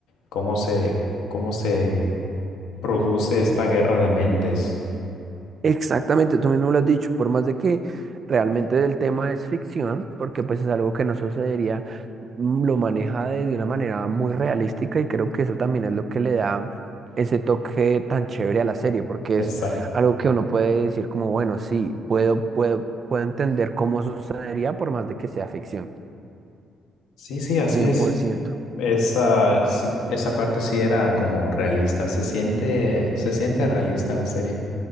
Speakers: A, on the left (about 90°); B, on the right (about 40°).
A: cómo se, cómo se produce esta guerra de mentes.
B: Exactamente, tú mismo lo has dicho, por más de que realmente el tema es ficción, porque pues es algo que no sucedería, mm, lo maneja de, de una manera muy realística y creo que eso también es lo que le da ese toque tan chévere a la serie, porque
A: Exacto.
B: es algo que uno puede decir como, bueno, sí, puedo, puedo, puedo entender cómo sucedería por más de que sea ficción,
A: Sí, sí, así
B: cien
A: es.
B: por ciento.
A: Esa, sí- esa parte sí era como realista. Se siente, se siente realista la serie.